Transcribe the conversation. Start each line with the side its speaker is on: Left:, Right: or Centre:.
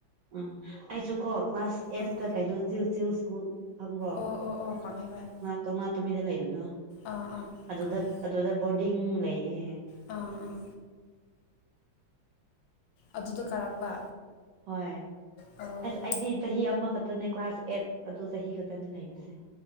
Right: ꯑ ꯑꯩꯁꯨ ꯀꯣ ꯀ꯭ꯂꯥꯁ ꯑꯦꯠꯠꯇ
Left: ꯑꯥ
Right: ꯀꯩꯅꯣ ꯆ ꯆ ꯁ꯭ꯀꯨꯜ ꯈꯪꯕ꯭ꯔꯣ
Left: ꯑꯣ ꯑꯣ ꯑꯣ ꯈꯪꯉꯦ ꯍꯣꯏ
Right: ꯀꯪꯂꯥ ꯇꯨꯝꯕꯤꯗ ꯂꯩꯕꯅꯣ
Left: ꯑꯥ ꯑꯥ
Right: ꯑꯗꯨꯗ
Left: ꯈꯪꯉꯦ
Right: ꯑꯗꯨꯗ ꯕꯣꯔꯗꯤꯡ ꯂꯩꯌꯦ
Left: ꯑꯥ ꯑꯥ ꯑꯗꯨꯗꯣ ꯀꯥꯔꯛꯄ
Right: ꯍꯣꯏ
Left: ꯑꯣ
Right: ꯑꯁ ꯑꯩꯗꯤ ꯆꯍꯤ ꯑꯃꯈꯛꯇꯅꯦ ꯀ꯭ꯂꯥꯁ ꯑꯦꯠ ꯑꯗꯨ ꯆꯍꯤ ꯈꯛꯇꯅꯤ ꯂꯩꯕꯁꯦ